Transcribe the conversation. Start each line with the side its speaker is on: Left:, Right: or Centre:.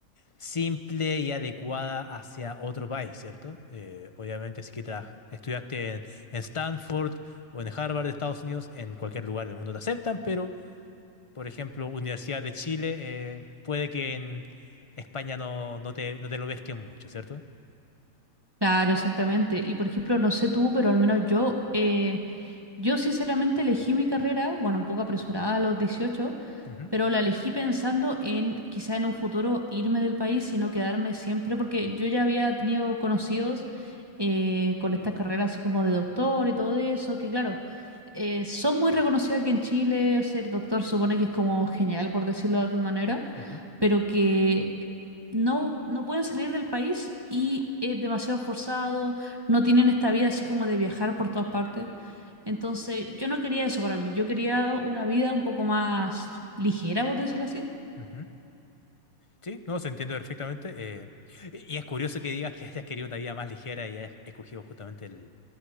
Left: simple y adecuada hacia otro país, ¿cierto? Eh, obviamente, si que tra- estudiaste en, en Stanford o en Harvard de Estados Unidos, en cualquier lugar del mundo te aceptan, pero, por ejemplo, Universidad de Chile, eh, puede que en España no, no te, no te lo pesquen mucho, ¿cierto?
Right: Claro, exactamente. Y por ejemplo, no sé tú, pero al menos yo, eh, yo sinceramente elegí mi carrera, bueno, un poco apresurada a los dieciocho
Left: Ujú,
Right: pero la elegí pensando en quizá en un futuro irme del país y no quedarme siempre, porque yo ya había tenido conocidos eh, con estas carreras, así como de doctor y todo eso, que claro, eh, son muy reconocidos aquí en Chile, ser doctor supone que es como genial, por decirlo de alguna manera,
Left: ujú,
Right: pero que no, no pueden salir del país y es demasiado forzado, no tienen esta vida así como de viajar por todas partes. Entonces, yo no quería eso para mí, yo quería una vida un poco más ligera, por decirlo así.
Left: ujú. Sí, no, se entiende perfectamente. eh, y y es curioso que digas que hayas querido una vida más ligera y hayas escogido justamente el,